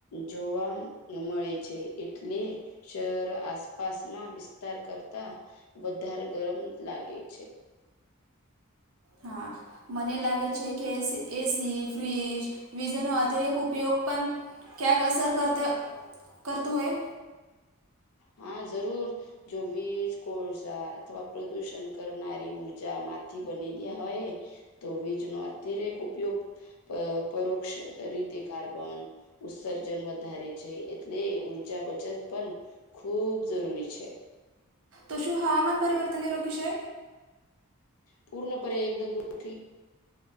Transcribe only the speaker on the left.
જોવા મ મળે છે એટલે શહર આસપાસમાં વિસ્તાર કરતા વધારે ગરમ લાગે છે.
હા જરૂર. જો વીજ, કોલસા અથવા પ્રદૂષણ કરનારી ઉર્જા મામાંથી બનેલી હોય, તો વીજ નો અતિરેક એક ઉપયોગ પરોક્ષ રીતે કાર્બન ઉત્સર્જન વધારે છે એટલે ઉર્જા બચત પણ ખૂબ જરૂરી છે.
પૂર્ણપે એકદમ રોકી